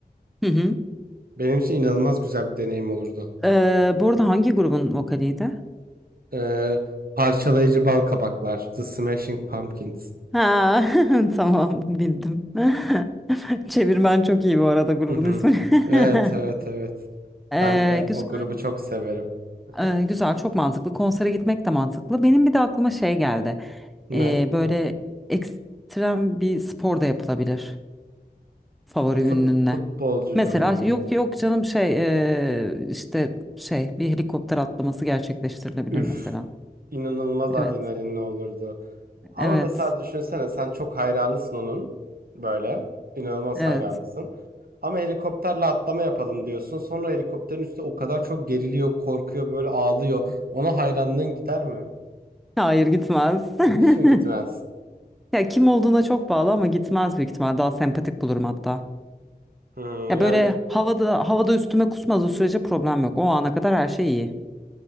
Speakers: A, in the centre; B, on the right.
A: Hı hı.
B: Benim için inanılmaz güzel bir deneyim olurdu.
A: Ee, bu arada hangi grubun vokaliydi?
B: Ee, parçalayıcı bal kabaklar, The Smashing Pumpkins.
A: Ha, <laughs> tamam bildim. <laughs> Çevirmen çok iyi bu arada grubun
B: Hı hı.
A: ismi. <laughs>
B: Evet, evet, evet.
A: Ee,
B: Ben e,
A: güzel.
B: o grubu çok severim. Hı hı.
A: Ee, güzel çok mantıklı. Konsere gitmek de mantıklı. Benim bir de aklıma şey geldi.
B: Ne?
A: Ee, böyle ekstrem bir spor da yapılabilir favori
B: Bir fut,
A: ünlünle.
B: futbolcuyla
A: Mesela
B: mı yani?
A: yok yok canım şey eee, işte şey bir helikopter atlaması gerçekleştirilebilir
B: Üf.
A: mesela.
B: inanılmaz adrenalinli
A: Evet,
B: olurdu. Ama
A: evet,
B: mesela düşünsene sen çok hayranısın onun. Böyle. inanılmaz
A: evet.
B: hayranısın. Ama helikopterle atlama yapalım diyorsun. Sonra helikopterin üstü o kadar çok geriliyor, korkuyor, böyle ağlıyor. Ona hayranlığın gider mi?
A: Hayır gitmez. <laughs>
B: Hiç mi gitmez?
A: Ya kim olduğuna çok bağlı ama gitmez büyük ihtimal. Daha sempatik bulurum hatta.
B: Hmm,
A: Ya
B: yani
A: böyle havada havada üstüme kusmadığı sürece problem yok. O ana kadar her şey iyi.